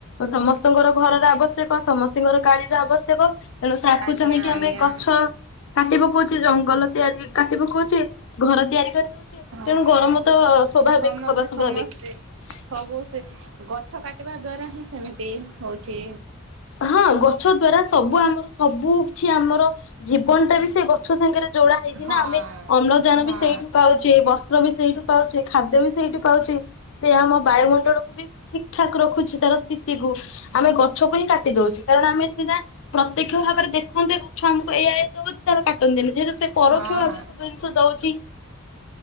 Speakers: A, on the left (about 60°); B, on the right (about 65°).
A: ସମସ୍ତଙ୍କର ଘରର ଆବଶ୍ୟକ, ସମସ୍ତଙ୍କର ଗାଳିର ଆବଶ୍ୟକ। ତେଣୁ ତାକୁ
B: ଆଜ୍ଞା
A: ଚାହିଁକି,
B: ଆଜ୍ଞା
A: ଆମେ ଗଛ କାଟିବାକୁଉଛେ ଜଙ୍ଗଲ ତିଆରି କାତି ପକଉଛେ, ଘର ତିଆରି କରି ତେଣୁ
B: ହଁ ହଁ।
A: ଗରମ ତ ସ୍ୱାଭାବିକ
B: ସମସ୍ତେ
A: ହବା ସ୍ୱାଭାବିକ
B: ସମସ୍ତେ ସବୁ ସେ ଗଛ କାଟିବା ଦ୍ଵାରା ହିଁ ସେମିତି ହଉଛି।
A: ହଁ। ଗଛ ଦ୍ଵାରା ସବୁ ଆମର, ସବୁ କିଛି ଆମର, ଜୀବନଟା ବି ସେ ଗଛ ସାଙ୍ଗରେ ଯୋଉଡା ହେଇଛିି
B: ହଁ
A: ନା, ଆମେ ଅମ୍ଳଜାନ
B: ହଁ
A: ବି ସେଇଠୁ ପାଉଛେ, ବସ୍ତ୍ର ବି ସେଇଠୁ ପାଉଛେ, ଖାଦ୍ୟ ବି ସେଇଠି ପାଉଛେ, ସେ ଆମ ବାୟୁମଣ୍ଡଳକୁ ବି ଠିକ ଠାକ ରଖୁଛି, ତାର ସ୍ଥିତିକୁୁ, ଆମେ ଗଛକୁ ହିଁ କାଟ ଟି ଦଉଛି, କାରଣ ଆମେ ସେଇଟା ପ୍ରତ୍ୟକ୍ଷ ଭାବରେ ଦେଖନ୍ତେ ଗଛ ଆମକୁ ଏ ଦଉ ତା କାଟନ୍ତିନି ଯେହେତୁ ସେ ପରୋକ୍ଷ
B: ହଁ
A: ଭାବରେ
B: ହଁ
A: ସବୁ ଜିନିଷ ଦଉଛି।